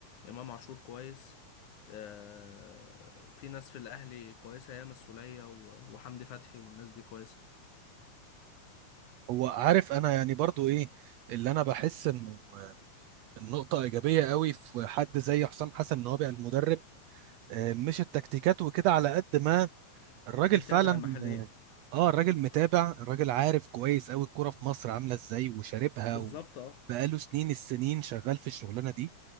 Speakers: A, on the left; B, on the right.
A: امام عاشور كويس آه، في ناس في الاهلي كويسه ياما السوليه و- وحمدي فتحي والناس دي كويسه
B: هو عارف انا يعني برضو ايه اللي انا بحس انه آه، النقطة ايجابية قوي في حد زي حسام حسن ان هو بقى المدرب آه، مش التكتيكات وكده على قد ما الراجل
A: متابع
B: فعلا
A: المحليين
B: اه الراجل متابع الراجل عارف كويس قوي الكرة في مصر عاملة ازاي وشاربها
A: بالظبط
B: و...
A: اه
B: بقاله سنين السنين شغال في الشغلانة دي